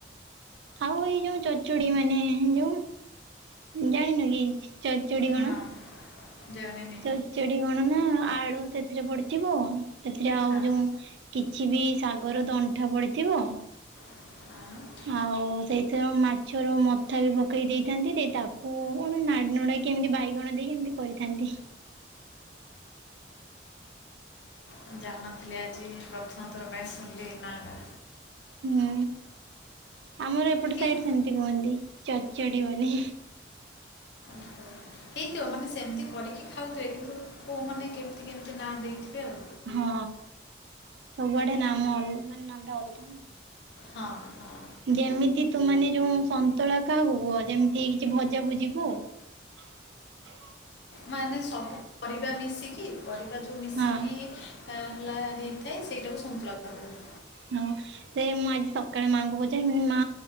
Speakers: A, on the right (about 65°); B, on the left (about 65°).
A: ଆଉ ଏଇ ଯୋଉ ଛଚଡ଼ି ମାନେ ଯୋଉ ଜାଣିନୁ କି? ଚଉଚୁଡ଼ି କଣ?
B: ନା ଜାଣିନି
A: ଚ ଚେଡି କଣ ନା ଆଳୁ ସେଥିରେ ପଡିଥିବ। ସେଥିରେ ଆଉ
B: ହଁ
A: ଯୋଉ କିଛି ବି ଶାଗର ଦଣ୍ଟା ପଡ଼ିଥିବ।
B: ହଁ
A: ଆଉ ସେଇଥିରେ ମାଛର ମଥା ବି ପକେଇ ଦେଇଥାନ୍ତି ଦେଇ ତାକୁ କଣ ନାଡି ନଡା କେମିତି ବାଇଗଣ ଦେଇ କେମିତି କରିଥାନ୍ତି।
B: ମୁଁ ଜାଣଥିଲି ଆଜି ପ୍ରଥମ ଥର ପାଇଁ ଶୁଣିଲି ଏୟୀ ନାଁଟା।
A: ହୁଁ ଆମର ଏପଟେ ସାଇଟ
B: ଏଇ
A: ସେମିତି କୁହନ୍ତି। ଛଚଡ଼ି ବୋଲି।
B: <inaudible> ହେଇଥିବ ମାନେ ସେମିତି କରିକି ଖାଉଥିବେ, କିନ୍ତୁ କେଉଁମାନେ କେମିତି କେମିତି ନାଁ ଦେଇଥିବେ ଆଉ।
A: ହଁ ସବୁଆଡେ ନାମ, ମାନେ ନାମ ଟା ଅଲଗା ନା।
B: ହଁ ହଁ
A: ଯେମିତି ତୁମାନେେ ଯୋଉ ସନ୍ତୁଳା କାହାକୁ କୁହ ଯେମିତି କିଛି ଭଜା ଭୁଜି କୁ। ହ
B: ମାନେ ସବୁ ପରିବା ମିଶିକି ପରିବା ଯୋଉ ମିଶିକି
A: ହଁ
B: ହେଲା ହେଇଥାଏ ସେଇଟାକୁ ସନ୍ତୁଳା କହନ୍ତି
A: ହଁ ସେ ମୁଁ ଆଜି ସକାଳେ ମାଙ୍କୁ ପଚାରି ମା